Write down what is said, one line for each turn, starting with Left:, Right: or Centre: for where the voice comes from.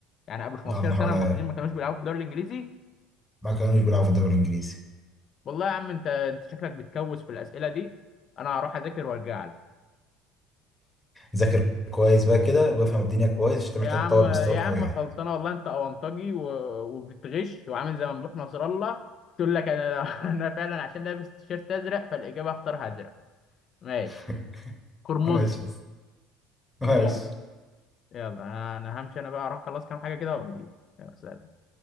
Left: يعني قبل 15
Centre: اه من
Left: سنه
Centre: حوالي
Left: المصريين ما كانوش بيلعبوا في الدوري الانجليزي
Centre: ما كانوش بيلعبوا في الدوري الانجليزي
Left: والله يا عم انت انت شكلك بتكوس في الاسئله دي انا هروح اذاكر وارجع لك
Centre: ذاكر كويس بقى كده وافهم الدنيا كويس عشان انت
Left: يا
Centre: محتاج
Left: عم
Centre: تطور
Left: يا
Centre: مستواك
Left: عم
Centre: قوي يعني
Left: خلصانه والله انت اونطجي و... وبتغش وعامل زي ممدوح نصر الله تقول لك انا <laughs> انا فعلا عشان لابس تيشيرت ازرق فالاجابه اختارها ازرق ماشي
Centre: <laughs>
Left: قرمزي
Centre: ماشي ماشي
Left: يلا يلا انا همشي انا بقى اروح اخلص كام حاجه كده وابقى اجيلك. يلا سلام